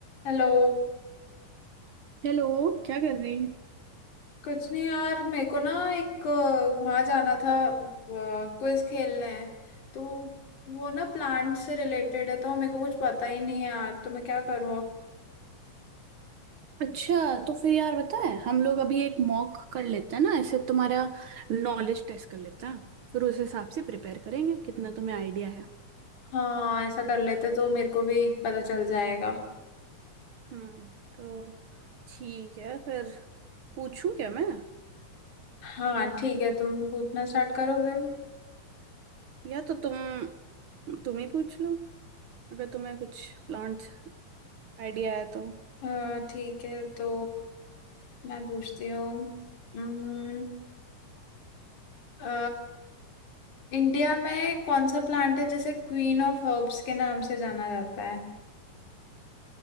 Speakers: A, on the left (about 75°); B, on the right (about 70°).
A: Hello
B: Hello क्या कर रही
A: कुछ नहीं यार मेरे को ना एक वहां जाना था क्विज खेलने है तो वो ना प्लांट से रिलेटेड है तो मेरे को कुछ पता ही नहीं है यार तो मैं क्या करूँ अब
B: अच्छा तो फिर यार पता है हम लोग अभी एक मॉक कर लेते हैं ना ऐसे तुम्हारा नॉलेज टेस्ट कर लेते हैं फिर उस हिसाब से प्रिपेयर करेंगे कितना तुम्हें आइडिया है
A: हाँ ऐसा कर लेते तो मेरे को भी पता चल जाएगा
B: हम्म तो ठीक है फिर पूछूं क्या मैं
A: हाँ ठीक है तुम पूछना स्टार्ट करो फिर
B: या तो तुम तुम ही पूछ लो अगर तुम्हें कुछ प्लांट आइडिया है तो
A: अ, ठीक है तो मैं पूछती हूँ उम्म, अ, इंडिया में कौन सा प्लांट है जिसे क्वीन ऑफ हर्ब्स के नाम से जाना जाता है